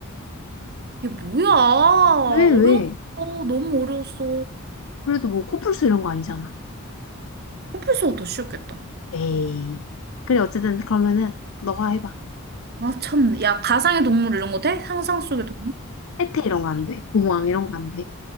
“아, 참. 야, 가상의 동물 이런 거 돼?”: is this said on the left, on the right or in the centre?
Right